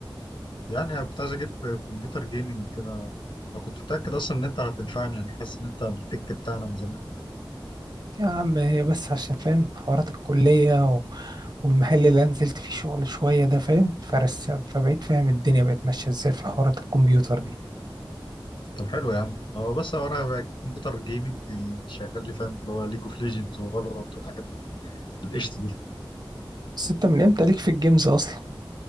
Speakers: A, on the left; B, on the right.
A: يعني انا كنت عايز اجيب كمبيوتر جيمنج كده انا كنت متاكد اصلا ان انت هتنفعني يعني حاسس ان انت التك بتاعنا من زمان.
B: يا عم هي بس عشان فاهم حوارات الكليه و... والمحل اللي أنا نزلت فيه شغل شويه ده فاهم فرس فبقيت فاهم الدنيا بقت ماشيه ازاي في حوارات الكمبيوتر دي
A: طب حلو يا عم هو بس هو انا بجيب كمبيوتر جيمنج يشغل لي فاهم اللي هو ليج اوف ليجندز وفالورانت والحاجات ال- القشط دي
B: بس انت من امتى ليك في الجيمز اصلا